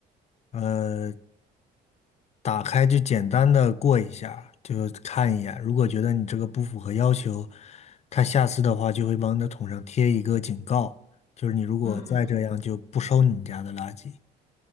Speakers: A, on the left; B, on the left.
A: 呃打开就简单的过一下，就看一眼。如果觉得你这个不符合要求，他下次的话就会往你的桶上贴一个警告，就是你如果再这样就不收你们家的垃圾。
B: 嗯嗯嗯